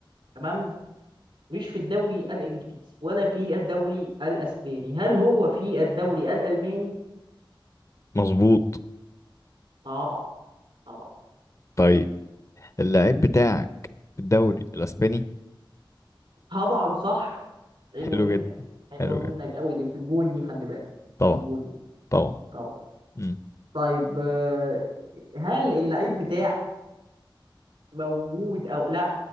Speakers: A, on the right; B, on the left.
A: تمام مش في الدوري الانجليزي ولا في الدوري الاسباني هل هو في الدوري الالماني
B: مظبوط
A: طبعا طبعا
B: طيب اللعيب بتاعك في الدوري الأسباني
A: طبعا صح حلوه
B: حلو
A: منك
B: جدا
A: حلوه
B: حلو
A: منك
B: جدا
A: قوي دي في الجون دي خلي بالك
B: طبعا
A: الجون دي
B: طبعا
A: طبعا
B: مم.
A: طيب آه، هل اللعيب بتاعك موجود او لا